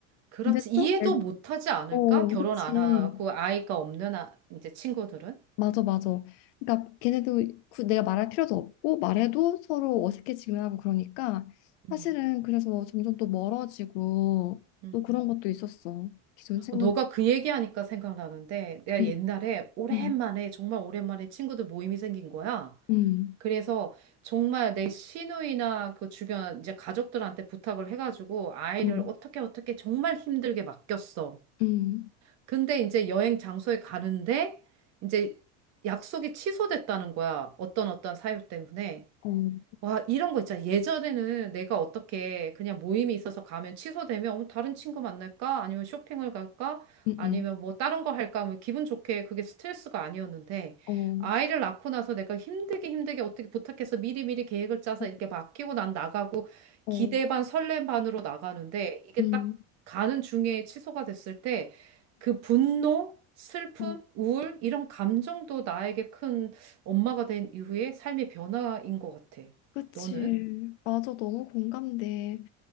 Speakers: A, on the right (about 45°); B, on the left (about 75°).
A: 그렇지.
B: 근데
A: 이해도
B: 또, 애-
A: 못하지 않을까?
B: 어,
A: 결혼
B: 그치.
A: 안 하고 아이가 없는 아, 이제 친구들은?
B: 맞아, 맞아. 그러니까 걔네도 구- 내가 말할 필요도 없고 말해도 서로 어색해지기만 하고 그러니까 사실은
A: 음,
B: 그래서 점점 또 멀어지고
A: 음.
B: 또 그런 것도 있었어. 기존 친구들.
A: 너가 그 얘기하니까 생각나는데 내가
B: 음,
A: 옛날에 오랜만에
B: 음,
A: 정말 오랜만에 친구들 모임이 생긴 거야.
B: 음.
A: 그래서 정말 내 시누이나 그 주변 이제 가족들한테 부탁을 해가지고 아이를
B: 음,
A: 어떻게 어떻게 정말 힘들게 맡겼어.
B: 음,
A: 근데 이제 여행 장소에 가는데 이제 약속이 취소됐다는 거야. 어떤 어떤 사유 때문에.
B: 어, 음,
A: 와, 이런 거 있잖아. 예전에는 내가 어떻게 그냥 모임이 있어서 가면 취소되면 어머, 다른 친구 만날까? 아니면 쇼핑을 갈까?
B: 음,
A: 아니면 뭐 다른 거 할까? 뭐 기분 좋게 그게 스트레스가 아니었는데
B: 어,
A: 아이를 낳고 나서 내가 힘들게 힘들게 어떻게 부탁해서 미리미리 계획을 짜서
B: 어,
A: 이렇게 맡기고 난 나가고
B: 어,
A: 기대 반 설렘 반으로 나가는데 이게
B: 음,
A: 딱 가는 중에 취소가 됐을 때 그 분노, 슬픔,
B: 어,
A: 우울 이런 감정도 나에게 큰 엄마가 된 이후에 삶의 변화인 것 같아.
B: 그치.
A: 너는?
B: 맞아, 너무 공감돼.